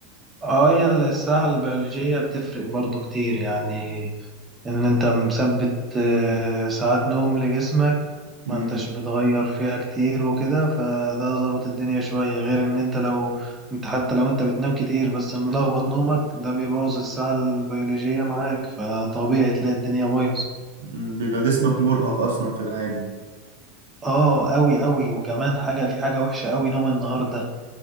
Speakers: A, on the right; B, on the right.
A: اه هي الساعة البيولوجية بتفرق برضو كتير يعني ان انت مثبت آه، ساعات نوم لجسمك
B: مم.
A: ما انتش بتغير فيها كتير وكده فده ظابط الدنيا شوية غير ان انت لو انت حتى لو انت بتنام كتير بس ملخبط نومك ده بيبوظ الساعة البيولوجية معاك فطبيعي تلاقي الدنيا بايظ
B: مم، بيبقى جسمك مرهق اصلا في العادي
A: اه اوي اوي وكمان حاجة في حاجة وحشة اوي نوم النهاردة